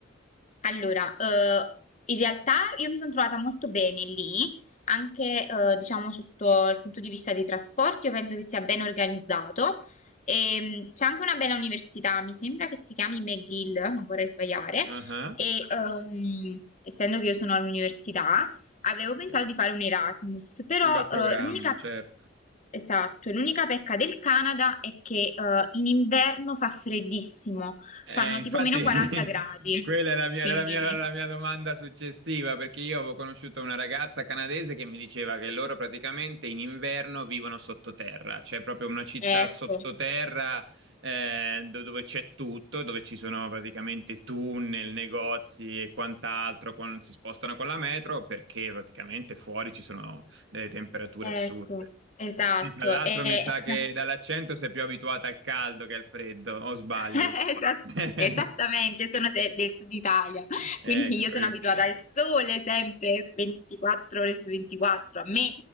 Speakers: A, on the left; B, on the right.
A: Allora, eh, in realtà io mi sono trovata molto bene lì, anche eh, diciamo sotto il punto di vista dei trasporti, io penso che sia ben organizzato. E, mh, c'è anche una bella università, mi sembra che si chiami McGill, non vorrei sbagliare,
B: Ah, ah,
A: e ehm, essendo che io sono all'università, avevo
B: Ok,
A: pensato di fare un Erasmus, però
B: un bel programma,
A: eh, l'unica...
B: certo.
A: Esatto, l'unica pecca del Canada è che eh, in inverno fa freddissimo, Fanno
B: Eh, infatti,
A: tipo meno
B: <laughs>
A: 40 gradi,
B: quella è la mia-
A: quindi
B: era la mia, la mia domanda successiva, perché io avevo conosciuto una ragazza canadese che mi diceva che loro praticamente in inverno vivono sottoterra, c'è proprio una città
A: ecco,
B: sottoterra eh, do- dove c'è tutto, dove ci sono praticamente tunnel, negozi e quant'altro, quando si spostano con la metro, perché praticamente fuori ci sono delle temperature
A: ecco,
B: assurde.
A: esatto.
B: E fra l'altro
A: E
B: mi sa
A: <laughs>
B: che dall'accento sei più abituata al caldo che al freddo, o sbaglio?
A: <laughs> Esat-
B: <laughs>
A: Esattamente, io sono se- del sud Italia,
B: Ecco,
A: quindi io sono
B: ecco.
A: abituata al sole sempre 24 ore su 24. A me